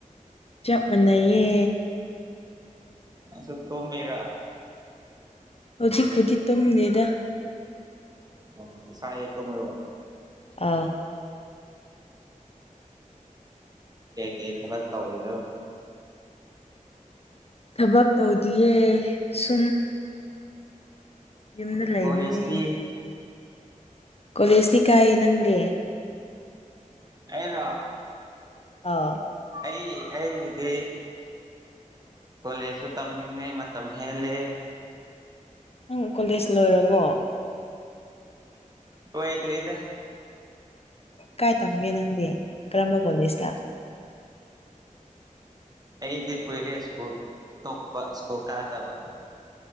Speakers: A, on the left; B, on the right.
A: ꯆꯞ ꯃꯥꯟꯅꯩꯌꯦ
B: ꯑꯁ ꯇꯣ ꯃꯦꯥ
A: ꯍꯧꯖꯤꯛ ꯍꯧꯖꯤꯛ ꯇꯨꯝ ꯗꯗ
B: ꯑꯣ ꯁꯔ ꯀꯣ ꯃꯔꯕ
A: ꯑ
B: ꯀ ꯀꯩ ꯊꯂꯛ ꯇ ꯑꯣꯏꯣꯏꯗ
A: ꯊꯕꯛ ꯇꯧꯗꯤꯌꯦ ꯁꯨꯝ ꯌꯨꯝꯗ ꯂꯩꯕꯅꯦ
B: ꯀꯣꯂꯦꯖꯇꯤ
A: ꯀꯣꯂꯦꯖꯇꯤ ꯀꯥꯏꯌꯦ ꯅꯪꯗꯦ
B: ꯑꯩꯔ
A: ꯑꯥꯎ
B: ꯑꯩ ꯑꯩꯒꯤꯗꯤ ꯀꯣꯂꯦꯖꯁꯨ ꯇꯝꯅꯤꯡꯉꯦ ꯃꯇꯝ ꯍꯦꯜꯂꯦ
A: ꯅꯪ ꯀꯣꯂꯦꯖ ꯂꯣꯏꯔꯕꯣ
B: ꯍꯣꯏꯇꯔꯤ ꯏꯗ
A: ꯀꯥꯏ ꯇꯝꯒꯦ ꯅꯪꯗꯤ ꯀꯔꯝꯕ ꯀꯣꯂꯦꯖꯇ
B: ꯑꯩꯗꯤ ꯀꯨꯏꯔꯦ ꯁ꯭ꯀꯨꯜ ꯇꯣꯄ ꯁ꯭ꯀꯨꯜ ꯀꯥꯗꯕ